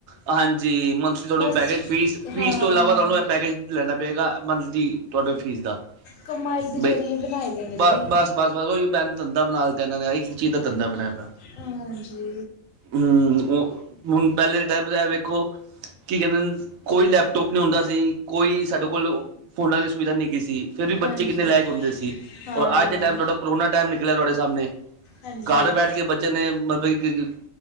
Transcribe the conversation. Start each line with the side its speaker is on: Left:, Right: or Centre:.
Right: ਹਾਂਜੀ, ਮੰਥਲੀ ਤੁਹਾਨੂੰ
Left: ਬਸ
Right: ਪੈਕੇਜ
Left: ਜੀ
Right: ਫੀਸ-ਫੀਸ
Left: ਹਾਂ
Right: ਤੋਂ ਇਲਾਵਾ ਤੁਹਾਨੂੰ ਏ ਪੈਕੇਜ ਲੈਣਾ ਪਏਗਾ ਮੰਥਲੀ ਤੁਹਾਡੇ ਫੀਸ ਦਾ।
Left: ਕਮਾਈ ਦੇ
Right: ਬਈ
Left: ਜ਼ਰੀਏ ਬਨਾਏ ਦੇ ਨੇ
Right: ਬ
Left: ਜੀ।
Right: ਬਸ ਬਸ ਉਹੀ ਬੈ ਧੰਦਾ ਬਣਾ ਦਿੱਤਾ ਇਹਨਾਂ ਨੇ ਇੱਕ ਚੀਜ਼ ਦਾ ਧੰਦਾ ਬਣਾਇਆ ਦਾ।
Left: ਹਾਂਜੀ
Right: ਹੂੰ ਉਹ ਹੁਣ ਪਹਿਲੇ ਦੇ ਟਾਈਮ ਇਹ ਵੇਖੋ ਕੀ ਕਹਿੰਦੇ ਨ ਕੋਈ ਲੈਪਟੋਪ ਨੀ ਹੁੰਦਾ ਸੀ ਕੋਈ ਸਾਡੇ ਕੋਲ ਫੋਨਾਂ ਦੀ ਸੁਵਿਧਾ ਨੀ ਹੇਗੀ ਸੀ। ਸੀ ਫਿਰ ਵੀ
Left: ਹਾਂਜੀ
Right: ਬੱਚੇ ਕਿੰਨੇ ਲਾਇਕ ਹੁੰਦੇ ਸੀ
Left: ਹਾਂ
Right: ਔਰ ਅੱਜ ਦੇ ਟੇਮ ਤੁਹਾਡਾ ਕਰੋਨਾ ਟੇਮ ਨਿਕਲਿਆ ਤੁਹਾਡੇ ਸਾਮਣੇ
Left: ਹਾਂਜੀ
Right: ਘਰ ਬੈਠ ਕੇ ਬੱਚੇ ਨੇ ਮਤਲਬ ਕਿ